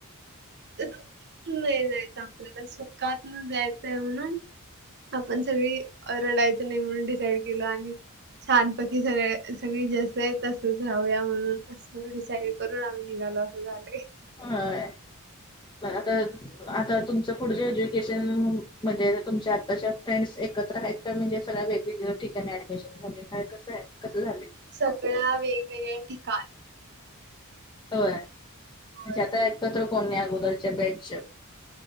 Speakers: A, on the right (about 50°); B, on the left (about 20°).
A: न्नई जायचं आपल्याला, सुक्कातनं जायचंय म्हणून आपण सगळी रडायचं नाही म्हणून डिसाईड केलो आणि छानपैकी सगळे सगळी जसं आहे तसच राहूया म्हणून सगळं डिसाईड करून आम्ही निघालोय असं झालंय. हह
B: होय मला तर आता तुमचं पुढचं एज्युकेशन म्हंजे तुमच्या आत्ताच्या फ्रेंड्स एकत्र हैत. त्या म्हणजे सगळ्या वेकतीवेगती ठिकाणी ऍडमिशन झालेय, कसंय कसं झाले
A: सगळ्या वेगवेगळ्या ठिकाण
B: होय म्हणजे
A: होय.
B: आता एकत्र कोण नाही अगोदरच्या बॅच च